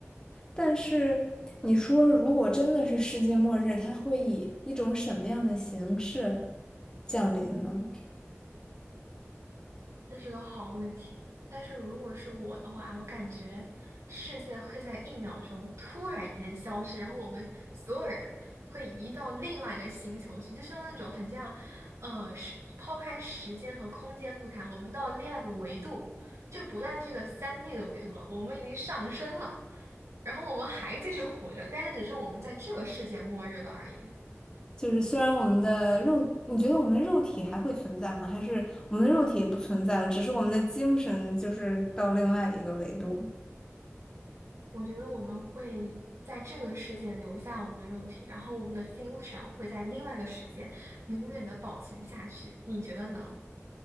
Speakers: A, on the left (about 15°); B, on the right (about 90°).
A: 但是你说，如果真的是世界末日，它会以一种什么样的形式降临呢？
B: 这是个好问题，但是如果是我的话，我感觉世界会在一秒钟突然间消失，然后我们所有人会移到另外一个星球去，就像那种很像，呃，时抛开时间和空间不谈，我们到另外一个维度，就不在这个三 d 的维度了，我们已经上升了，然后我们还继续活着，但是只是我们在这个世界末日了而已。
A: 就是虽然我们的肉，你觉得我们的肉体还会存在吗？还是我们的肉体也不存在了，只是我们的精神就是到另外一个维度？
B: 我觉得我们会在这个世界留下我们的肉体，然后我们的精神会在另外一个世界永远的保存下去。你觉得呢？